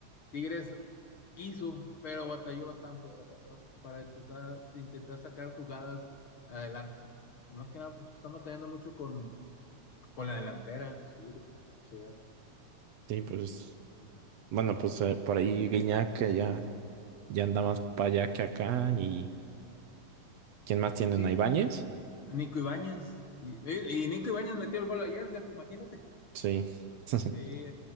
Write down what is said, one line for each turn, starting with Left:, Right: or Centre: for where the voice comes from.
Left: Tigres quiso, pero batalló bastante, bata- bast- para intentar, intentar sacar jugadas adelante. Y más que nada, pues, están batallando mucho con con la delantera, los Tigres, por cierto.
Right: sí, pues bueno, pues eh, por ahí Guiñac que ya. ya anda más para allá que acá. ¿Y quién más tienen?
Left: Sí,
Right: ¿A Ibáñez?
Left: Nico Ibáñez. Y, y- y Nico Ibáñez metió el gol ayer, fíjate, imagínate.
Right: Sí. <laughs>
Left: Sí,